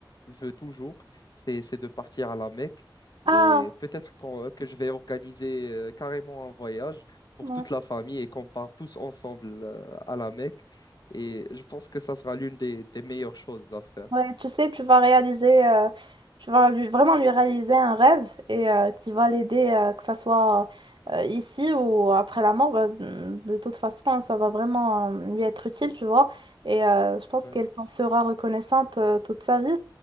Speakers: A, on the left; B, on the right.
A: veut toujours, c'est, c'est de partir à la Mecque.
B: Ah,
A: Et peut-être qu'on- que je vais organiser euh, carrément un voyage pour
B: oui.
A: toute la famille et qu'on part tous ensemble euh, à la Mecque. Et je pense que ça sera l'une des, des meilleures choses à faire.
B: Ouais, tu sais, tu vas réaliser, euh, tu vas lui, vraiment lui réaliser un rêve et euh, qui va l'aider, euh, que ça soit euh, ici ou après la mort. bah, de de toute façon, hein, ça va vraiment euh, lui être utile, tu vois. Et euh, je pense
A: Ouais,
B: qu'elle t'en sera reconnaissante euh, toute sa vie.